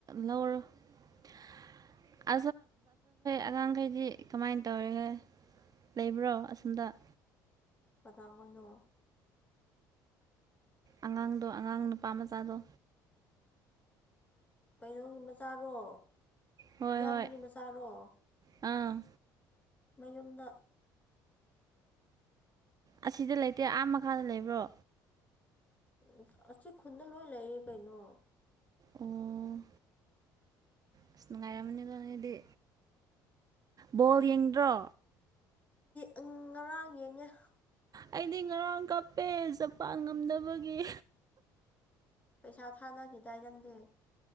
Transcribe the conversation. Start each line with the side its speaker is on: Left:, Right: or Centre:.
Right: ꯂꯧꯔꯣ <unintelligible> ꯑꯉꯥꯡꯈꯩꯗꯤ ꯀꯃꯥꯏꯅ ꯇꯧꯔꯤꯍꯦ ꯂꯩꯕ꯭ꯔꯣ ꯑꯁꯣꯝꯗ
Left: ꯄꯇꯥ ꯍꯣꯏꯅꯣ
Right: ꯑꯉꯥꯡꯗꯣ ꯑꯉꯥꯡ ꯅꯨꯄꯥ ꯃꯆꯥꯗꯣ
Left: ꯀꯩꯅꯣꯒꯤ ꯃꯆꯥꯔꯣ
Right: ꯍꯣꯏ
Left: ꯏꯌꯥꯝꯕꯒꯤ
Right: ꯍꯣꯏ
Left: ꯃꯆꯥꯔꯣ
Right: ꯑꯥ
Left: ꯃꯌꯨꯝꯗ
Right: ꯑꯁꯤꯗ ꯂꯩꯇꯦ ꯑꯥ ꯃꯈꯥꯗ ꯂꯩꯕ꯭ꯔꯣ
Left: ꯎ ꯑꯁꯤ ꯈꯨꯟꯗ ꯂꯣꯏ ꯂꯩꯌꯦ ꯀꯩꯅꯣ
Right: ꯑꯣ ꯑꯁ ꯅꯨꯡꯉꯥꯏꯔꯝꯃꯅꯤꯗ ꯅꫭꯏꯗꯤ ꯕꯣꯜ ꯌꯦꯡꯗ꯭ꯔꯣ
Left: ꯉꯔꯥꯡ ꯌꯦꯡꯉꯦ
Right: ꯑꯩꯗꯤ ꯉꯔꯥꯡ ꯀꯞꯄꯦ ꯖꯄꯥꯟ ꯉꯝꯗꯕꯒꯤ
Left: ꯄꯩꯁꯥ ꯊꯥꯅꯥꯈꯤꯗꯥꯏ ꯅꯪꯗꯤ